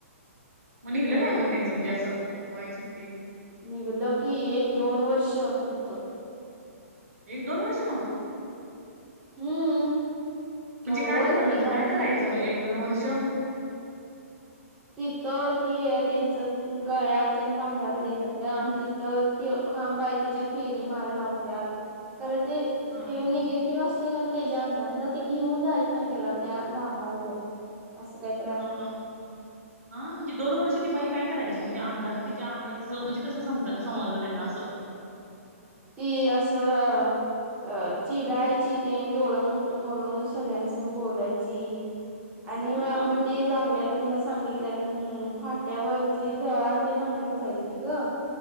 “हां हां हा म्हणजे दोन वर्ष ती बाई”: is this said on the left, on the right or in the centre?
Right